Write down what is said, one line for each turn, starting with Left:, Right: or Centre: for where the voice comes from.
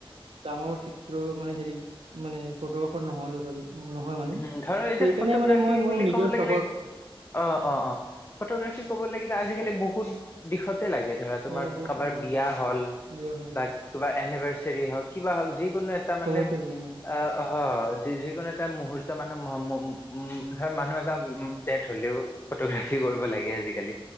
Right: ডাঙৰ চিত্ৰ মানে হেৰি মানে ফটোগ্ৰাফাৰ নহয় তথাপিও। নহয় মানে
Left: উম ধৰা এতিয়া
Right: ত এইকাৰণে
Left: ফটোগ্ৰাফী
Right: মানে মই মোৰ
Left: বুলি
Right: নিজৰ
Left: ক'ব লাগিলে
Right: চহৰত।
Left: অ' অ' অ' ফটোগ্ৰাফী ক'ব লাগিলে আজিকালি বহুত দিশতে লাগে ধৰা তোমাৰ
Right: অ বহুত
Left: কাৰবাৰ।
Right: অ
Left: বিয়া হ'ল
Right: বিয়া হ'ল
Left: বা কিবাৰ। এনেভাচেৰি হক কিবা যিকোনো এটা
Right: চবতে
Left: মানে
Right: লাগে অ
Left: এ আহ যিকোনো এটা মোহত্ব এ। মানুহ উ ধৰ মানুহ এটা ডেট হ'লেও ফটোগ্ৰাফি কৰিব লাগে আজিকালি।